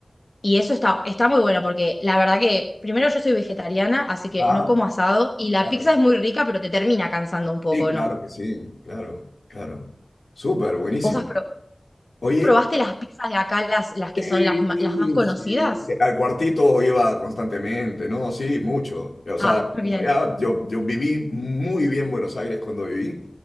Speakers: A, on the left; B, on the left.
A: y eso está, está muy bueno porque la verdad que primero yo soy vegetariana, así que
B: Ah,
A: no como asado y la
B: claro.
A: pizza es muy rica, pero te termina cansando un poco,
B: Sí, claro
A: ¿no?
B: que sí, claro, claro. Súper, buenísimo.
A: ¿Vos has, pro-
B: Oye,
A: ¿Probaste las pizzas de acá, las, las que
B: sí,
A: son las, ma- las más conocidas?
B: sí, al cuartito iba constantemente, ¿no? Sí, mucho. O sea,
A: Ah, bien,
B: en realidad yo, yo viví muy bien Buenos Aires cuando viví.